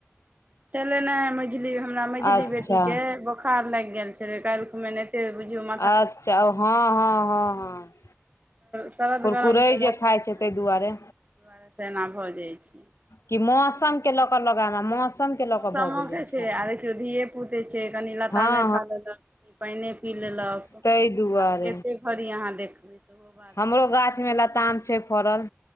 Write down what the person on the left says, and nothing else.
अच्छा
अच्छा ओ हँ हँ हँ हँ
कुरकुरे
जे खाइ
ताहि
दुआरे
कि मौसम केेलकऽ लगए हमरा मौसम के लऽ
कऽ भऽ गेलै
शायद
हँ
तेइ दुआरे
हमरो
गाछ में लताम छै फड़ल